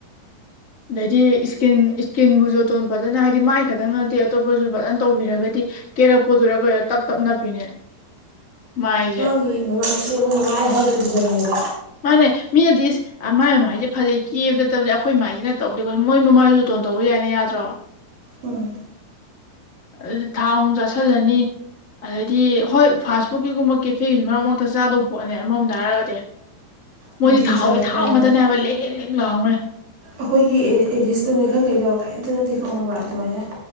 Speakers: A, on the left (about 40°); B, on the right (about 65°).
A: ꯑꯗꯩꯗꯤ ꯏꯁꯀꯤꯟ ꯏꯁꯀꯤꯟꯕꯨ ꯣꯇꯣꯟ ꯐꯖꯅ ꯍꯥꯏꯗꯤ ꯃꯥꯏ ꯈꯛꯇꯪ ꯅꯠꯇꯦ ꯑꯇꯣꯞꯄꯁꯨ ꯐꯖꯅ ꯇꯧꯕꯤꯔꯒꯗꯤ ꯀꯦꯔꯛꯄꯗꯨꯔ ꯀꯔꯣ ꯇꯞ ꯇꯞꯅ ꯄꯤꯅꯦ ꯃꯥꯏꯁꯦ
B: ꯃꯥꯡꯁꯦꯕ ꯅꯨꯡꯉꯥꯏ ꯍꯥꯏꯕꯗꯨꯗꯅꯦꯕ
A: ꯃꯥꯅꯦ ꯃꯤꯗꯤꯁ ꯃꯥꯏ ꯃꯃꯥꯏꯁꯦ ꯐꯖꯩ ꯀꯦꯕꯗꯕꯗꯤ ꯑꯩꯈꯣꯏ ꯃꯃꯥꯏꯁꯤꯅ ꯇꯧꯗꯦ ꯈꯣꯠ ꯃꯣꯏ ꯃꯃꯥꯏꯁꯨ ꯣꯇꯣꯟ ꯇꯧꯕ ꯌꯥꯏꯅꯤ ꯌꯥꯗ꯭ꯔꯣ
B: ꯎꯝ
A: ꯑꯗꯨꯗꯤ ꯊꯥꯎ ꯑꯃꯨ ꯆꯥꯁꯤꯜꯂꯅꯤ ꯑꯗꯩꯗꯤ ꯍꯣꯏ ꯐꯥꯁ ꯐꯨꯗꯀꯤꯒꯨꯝꯕ ꯀꯦꯐꯦꯒꯤꯗꯤ ꯃꯔꯛ ꯃꯔꯛꯇ ꯆꯥꯗꯧꯕ ꯄꯣꯠꯅꯦ ꯑꯃꯔꯃꯝꯗ ꯍꯥꯏꯔꯒꯗꯤ ꯃꯣꯏꯗꯤ
B: ꯅꯨꯡꯇꯤꯒꯤ
A: ꯊꯥꯎꯒꯦ
B: ꯆꯥꯔꯗꯤ
A: ꯊꯥꯎ
B: ꯀꯥꯏ ꯌꯥꯗꯣꯏꯅꯣ
A: ꯉꯠꯇꯅꯦꯕ ꯂꯦꯡ ꯂꯦꯛ ꯂꯦꯡ ꯂꯥꯎꯅ
B: ꯑꯩꯈꯣꯏꯒꯤ ꯑꯦꯗꯤꯁꯇꯨꯅꯦ ꯈꯔ ꯈꯩꯗꯧ ꯀꯔꯤꯝꯇ ꯅꯠꯇꯤ ꯈꯪꯉꯕ ꯑꯗꯨꯃꯥꯏꯅ